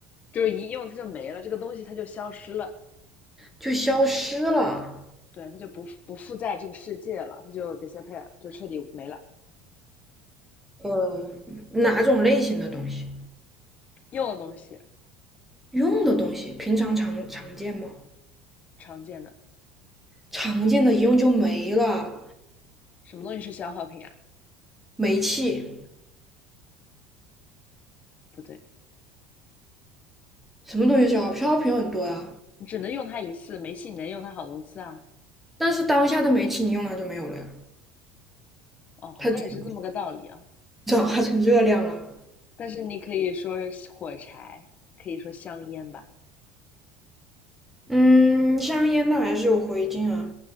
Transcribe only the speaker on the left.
就是一用它就没了，这个东西它就消失了，
对，它就不不附在这个世界了，它就 disappear，就彻底没了。
用的东西
常见的，
什么东西是消耗品啊？
不对，
你只能用它一次，煤气你能用它好多次啊。
哦，好像也是这么个道理啊。
但是你可以说火柴，可以说香烟吧，